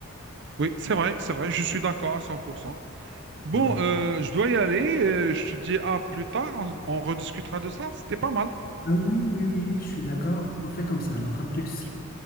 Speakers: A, on the right; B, on the left.
A: oui, c'est vrai, c'est vrai, je suis d'accord à 100%. Bon,
B: Ouais.
A: euh, je dois y aller, euh, je te dis à plus tard, on, on rediscutera de ça, c'était pas mal.
B: Ah oui, oui, oui, je suis d'accord. On fait
A: Allez,
B: comme ça. Alors, à
A: à
B: plus.
A: la prochaine.